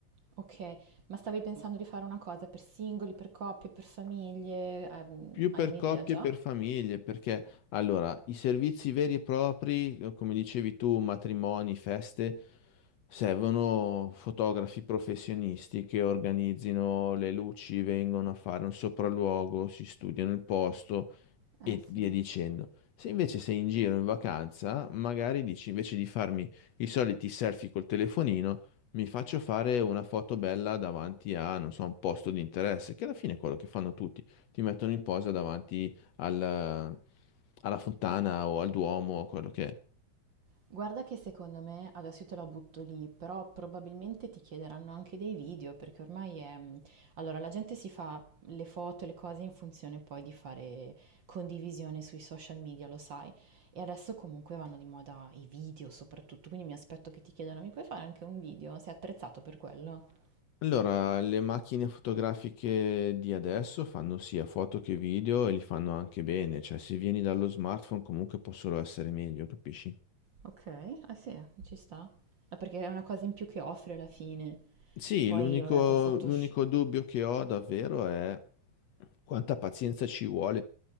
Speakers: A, on the right (about 45°); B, on the left (about 70°).
A: Ok, ma stavi pensando di fare una cosa per singoli, per coppie, per famiglie? Ehm,
B: Più
A: Hai
B: per
A: un'idea
B: coppie
A: già?
B: e per famiglie, perché allora i servizi veri e propri, eh, come dicevi tu, matrimoni, feste, servono fotografi professionisti che organizzino le luci, vengono a fare un sopralluogo, si studiano il posto
A: Eh
B: e via
A: sì,
B: dicendo. Se invece sei in giro in vacanza, magari dici invece di farmi i soliti selfie col telefonino, mi faccio fare una foto bella davanti a, non so, un posto di interesse, che alla fine è quello che fanno tutti ti mettono in posa davanti al- alla fontana o al Duomo o quello che è.
A: Guarda che secondo me, adesso io te la butto lì, però probabilmente ti chiederanno anche dei video perché ormai è... mm, Allora, la gente si fa le foto e le cose in funzione poi di fare condivisione sui social media, lo sai. E adesso comunque vanno di moda i video soprattutto, quindi mi aspetto che ti chiedano, mi puoi fare anche un video? Sei attrezzato per quello?
B: Allora, le macchine fotografiche di adesso fanno sia foto che video e li fanno anche bene, cioè se vieni dallo smartphone comunque può solo essere meglio, capisci?
A: Ok, ah sì, ci sta. No, perché è una cosa in più che offri alla fine.
B: Sì,
A: Poi,
B: l'unico
A: vabbè, col Photoshop...
B: l'unico dubbio che ho davvero è quanta pazienza ci vuole,